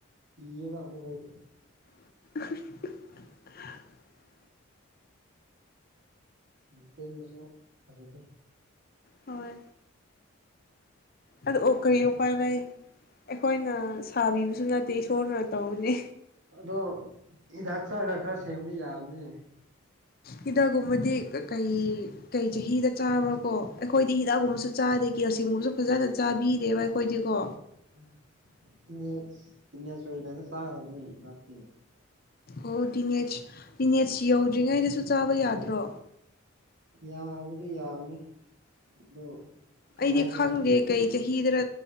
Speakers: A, on the right (about 60°); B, on the left (about 45°).
A: ꯀꯤꯌꯦꯕ ꯑꯗꯨ ꯈꯣꯏꯗꯤ
B: <inaudible>
A: ꯌꯥꯝ ꯇꯦꯟꯕꯁꯨ ꯐꯖꯗꯦ
B: ꯍꯣꯏ ꯑꯗꯨ ꯑꯣ ꯀꯔꯤ ꯎꯄꯥꯏ ꯂꯩ ꯑꯩꯈꯣꯏꯅ ꯁꯥꯕꯤꯕꯁꯨ ꯅꯠꯇꯦ ꯏꯁꯣꯔꯅ ꯇꯧꯕꯅꯤ
A: ꯑꯗꯣ ꯍꯤꯗꯥꯛ ꯆꯥꯔꯒ ꯈꯔ ꯁꯦꯝꯕ ꯌꯥꯕꯅꯤ
B: ꯍꯤꯗꯥꯛꯀꯨꯝꯕꯗꯤ ꯀꯩ ꯀꯩ ꯆꯍꯤꯗ ꯆꯥꯕ꯭ꯔꯥ ꯀꯣ ꯑꯩꯈꯣꯏꯗꯤ ꯍꯤꯗꯥꯛꯒꯨꯝꯕꯁꯨ ꯆꯥꯗꯦ ꯀꯦꯜꯁꯦꯝꯒꯨꯝꯕꯁꯨ ꯐꯖꯅ ꯆꯥꯕꯤꯗꯦꯕ ꯑꯩꯈꯣꯏꯗꯤ ꯀꯣ
A: ꯀ <unintelligible> ꯁꯋꯦꯔ ꯀ ꯆ ꯇ ꯂꯇ
B: ꯑꯣ ꯇꯤꯅꯦꯠꯁ ꯇꯤꯅꯦꯠꯁ ꯌꯧꯗ꯭ꯔꯤꯉꯩꯗꯁꯨ ꯆꯥꯕ ꯌꯥꯗ꯭ꯔꯣ
A: ꯌꯥꯕꯨꯗꯤ ꯌꯥꯕꯅꯤ ꯑꯗꯨ ꯀꯔꯤ
B: ꯑꯩꯗꯤ
A: ꯍꯥꯏꯁꯤꯔ
B: ꯈꯪꯗꯦ ꯀꯩ ꯆꯍꯤꯗꯔ